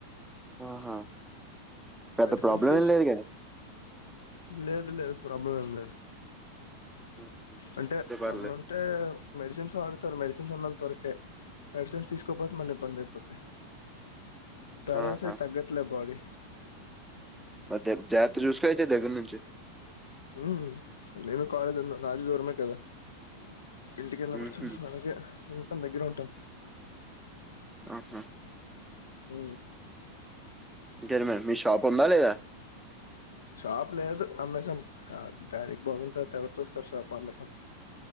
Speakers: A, in the centre; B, on the left (about 65°).
A: ఆహా పెద్ద
B: మెడిసిన్స్
A: ప్రాబ్లం ఏం లేదుగా
B: లేదు లేదు ప్రాబ్లం ఏం లేద్
A: ఉమ్, ఉమ్.
B: అంటే
A: అయితే
B: ప్రాబ్లమ్
A: పర్లేదు
B: అంటే మెడిసిన్స్ వాడుతారు మెడిసిన్స్ ఉన్నంత వరకే మెడిసిన్ తీసుకోపోతే మళ్ళీ ఇబ్బంది అయిపోద్ధి ప్యారసి
A: ఆహా
B: తగ్గట్లే బాడీ
A: పోతే జాగ్రత చూస్కో అయితే దగ్గర్నుంచి
B: ఊ నేను కాలేజ్ అన్నా నాదిదూరమే కదా ఇంటికెళ్లినప్పుడు
A: మ్మ్హ్మ్.
B: చూస్కో అలాగే ఉంటాం దగ్గర ఉంటాం
A: ఆహా
B: ఊ
A: ఇంకేమీ మీ షాప్ ఉందా లేదా
B: షాప్ లేదు అమ్మేషాం ఆ డాడీకి బాగుంది తవాత ఎవరు చూస్తారు షాప్ అమ్మేసాం